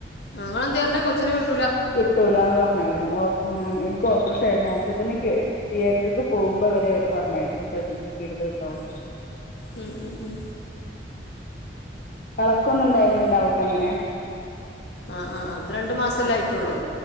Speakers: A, on the left; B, on the left.
A: ആ ഇങ്ങളെന്തേ പർഞ്ഞേ കൊച്ചിനെ കി
B: കിട്ടൂലാന്ന് പർഞ്ഞായിരുന്നു ഓ പിന്നാ ഇൻക്ക് ഓപ്രെഷേയിരുന്നു ഓപ്പറഷെനിക്കെ തിയേറ്റർക്ക് പോമ്പൊ വരെ അവര് പറഞ്ഞായിരുന്നു പ്രതീക്ഷിക്കര്ത് ട്ടോന്ന്
A: ഉം ഉം ഉം
B: ഇളക്കൊന്നും ഉണ്ടായിരുന്നില്ല അവൾക്ക് അങ്ങനെ
A: ആഹ് ആഹ് ആഹ് ഇത് രണ്ട് മാസല്ലേ ആയിട്ടുള്ളൂ